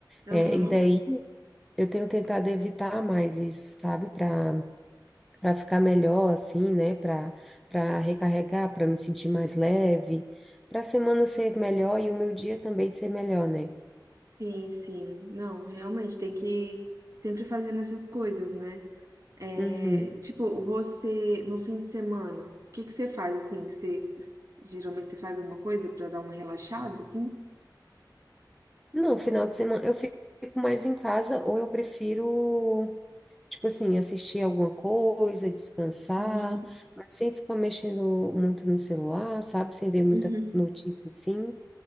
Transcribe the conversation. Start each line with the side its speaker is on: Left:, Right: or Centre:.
Right: aham.
Centre: É, e daí eu tenho tentado evitar mais isso, sabe? Para para ficar melhor assim, né? Para para recarregar, para me sentir mais leve, para a semana ser melhor e o meu dia também ser melhor, né?
Right: Sim, sim. Não, realmente tem que sempre fazendo essas coisas, né? É,
Centre: Uhum.
Right: tipo, você no fim de semana, o que que você faz assim? Você geralmente você faz alguma coisa pra dar uma relaxada, assim?
Centre: Não, final de semana eu fico mais em casa ou eu prefiro, tipo assim, assistir alguma coisa, descansar,
Right: Uhum,
Centre: mas sem ficar mexendo muito no celular, sabe? Sem ver muita
Right: uhum.
Centre: notícia assim.